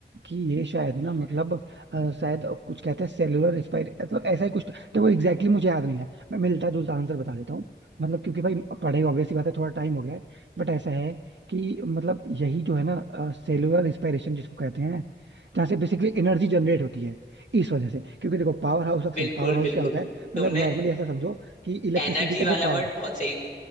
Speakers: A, on the right; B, on the left.
A: कि ये शायद ना मतलब अ, शायद कुछ कहते हैं सेलुलर एक्सपायरी मतलब ऐसा ही कुछ तो वो एग्जैक्टली exactly मुझे याद नहीं है मैं मिलता जुलता आंसर बता देता हूँ मतलब क्योंकि भाई पढ़े ऑब्वियस सी बात है थोड़ा टाइम हो गया है बट ऐसा है कि मतलब यही जो है ना सेलुलर रिस्पायरेशन जिसको कहते हैं जहाँ से बेसिकली एनर्जी जनरेट होती है इस वजह से क्योंकि देखो powerhouse of
B: बिल्कुल
A: cell powerhouse
B: बिल्कुल
A: क्या होता है
B: तुमने
A: मतलब नॉर्मली ऐसा समझो कि इलेक्ट्रिसिटी
B: एनर्जी
A: का
B: वाला
A: जो पावर
B: वर्ड बहुत सही